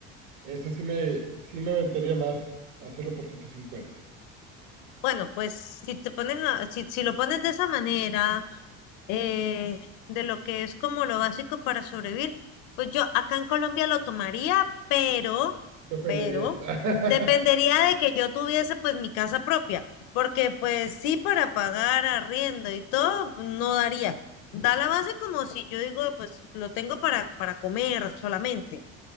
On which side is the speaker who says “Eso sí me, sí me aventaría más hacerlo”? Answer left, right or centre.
Right